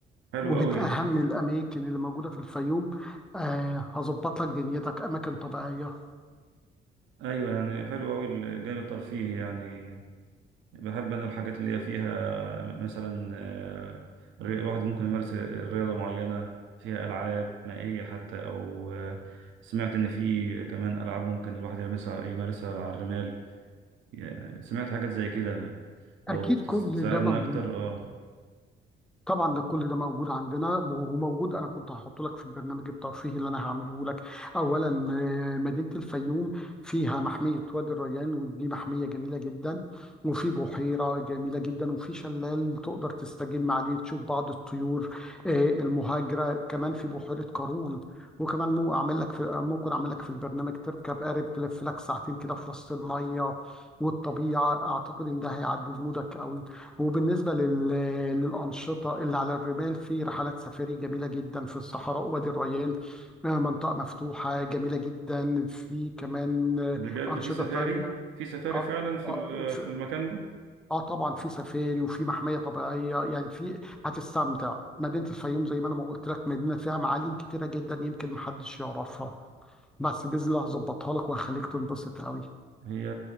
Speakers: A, on the right; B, in the centre.
A: حلو
B: ومن
A: أوي
B: أهم الأماكن اللي موجودة في الفيوم آه هظبط لك دنيتك أماكن طبيعية
A: أيوة يعني حلو أوي الجانب الترفيهي يعني بحب أنا الحاجات اللي هي فيها مثلا آه، ري- واحد ممكن يمارس رياضة معينة فيها ألعاب مائية حتى أو آه، سمعت إن في كمان ألعاب ممكن الواحد يمارسها يمارسها على الرمال يا- سمعت حاجات زي كده لو
B: أكيد
A: تس-
B: كل
A: تساعدنا
B: ده موجود
A: أكتر أه
B: طبعا ده كل ده موجود عندنا وموجود انا كنت هحطه لك في البرنامج الترفيهي اللي انا هعمله لك اولا آه، مدينه الفيوم فيها محميه وادي الريان ودي محميه جميله جدا وفي بحيره جميله جدا وفي شلال تقدر تستجم عليه تشوف بعض الطيور آه، المهاجره كمان في بحيره قارون وكمان مو اعمل لك في ممكن اعمل لك في البرنامج تركب قارب تلف لك ساعتين كده في وسط الميه والطبيعه اعتقد ان ده هيعدل مودك قوي وبالنسبة لل... للأنشطة اللي على الرمال في رحلات سفاري جميلة جدا في الصحراء وادي الريان آه، منطقة مفتوحة جميلة جدا في كمان آه،
A: بجد
B: أنشطة
A: في سفاري
B: تانية
A: في سفاري
B: آه
A: فعلا في
B: آه،
A: ال-
B: في-
A: في المكان ده
B: آه، طبعا في سفاري وفي محمية طبيعية يعني في هتستمتع مدينة الفيوم زي ما أنا ما قلت لك مدينة فيها معالم كتيرة جدا يمكن محدش يعرفها بس بإذن الله هظبطها لك وهخليك تنبسط قوي
A: هي